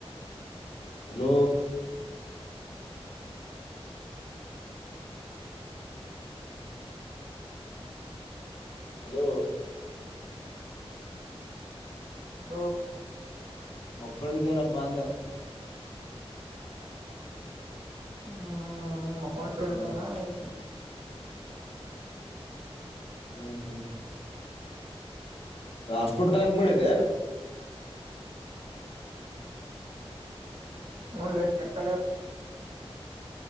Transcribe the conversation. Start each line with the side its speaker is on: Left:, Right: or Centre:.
Left: ಹಲೋ ಹಲೋ
Right: ಅ
Left: ಮಕ್ಕೊಂಡಿದ್ದೇನಪ್ಪ ಅಂದ
Right: ಹ್ಮ್ ಮಕ್ಕೊಂಡ ಹೇಳ್ತಾನ
Left: ಹ್ಮ್
Right: ಈ
Left: ಹ್ಮ್ ಹ್ಮ್ ಹಾಟ್ ಸ್ಪೋರ್ಟ್ ಕನೆಕ್ ಮಾಡಿದಿ ಏನು
Right: ಹಲ್ಲಿ ಹಟಕಾಲ